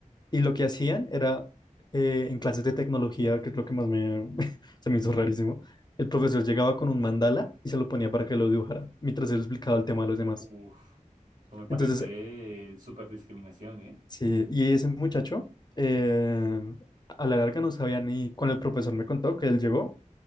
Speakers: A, on the left; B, on the right.
A: Y lo que hacían era, eh, en clases de tecnología, que es lo que más me, <laughs> se me hizo rarísimo, el profesor llegaba con un mandala y se lo ponía para que lo dibujara, mientras él explicaba el tema a los demás.
B: Uf, eso me parece
A: Entonces,
B: súper discriminación, ¿eh?
A: sí, y ese muchacho, eh, a la larga no sabía ni, cuando el profesor me contó que él llegó,